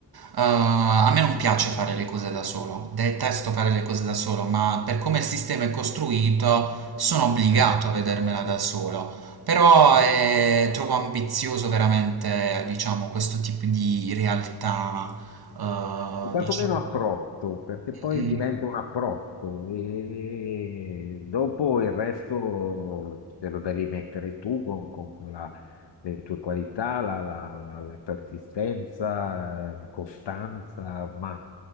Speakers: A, on the right (about 60°); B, on the left (about 70°).
A: Eh, a me non piace fare le cose da solo, detesto fare le cose da solo, ma per come il sistema è costruito sono obbligato
B: Eh.
A: a vedermela da solo. Però eh, trovo ambizioso veramente, diciamo, questo tipo di realtà, eh,
B: o quantomeno
A: diciamo,
B: approccio, perché poi
A: Mm.
B: diventa un approccio e dopo il resto te lo devi mettere tu con, con- con la- le tue qualità, la, la- la- la persistenza, eh, la costanza, ma